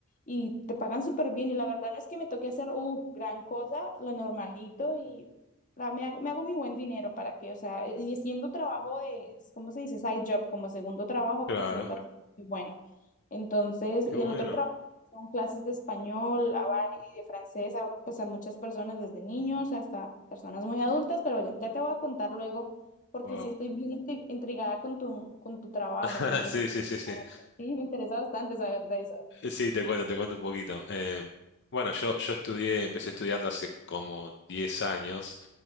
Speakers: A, on the left (about 35°); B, on the left (about 55°).
A: y te pagan súper bien. Y la verdad no es que me toque hacer uff gran cosa, lo normalito y la- me hago, me hago mi buen dinero para que, o sea, eh, y siendo trabajo de, ¿cómo se dice? Side job, como segundo trabajo,
B: Claro.
A: segunda, pues bueno. Entonces,
B: Qué
A: y
B: bueno.
A: el otro trabajo son clases de español, a var- y de francés, a, pues a muchas personas desde niños hasta personas muy adultas, pero ya, ya te voy a contar luego porque
B: Wow.
A: sí estoy bien intri- intrigada con tu, con tu trabajo,
B: <laughs>
A: con tu...
B: Sí, sí, sí, sí.
A: Sí, me interesa bastante saber de eso.
B: Sí, te cuento, te cuento un poquito. Eh, bueno, yo, yo estudié, empecé estudiando hace como 10 años